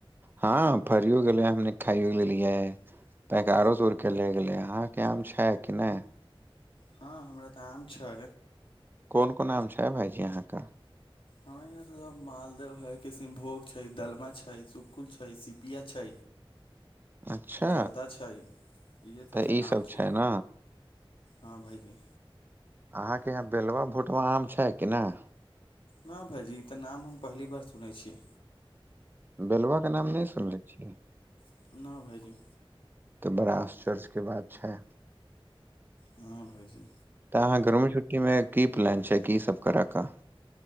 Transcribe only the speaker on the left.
हँ हमरा तऽ आम छै
ह यहा तऽ मालदह है किसिनभोग छै दलमा छै सुखुल छै पिया छै
जर्दा छै इएह सभके
आम छै
हं भाईजी
न भाईजी ईतऽ नाम हम पहली बार सुनै छी
न भाइजी
हँ भाइजी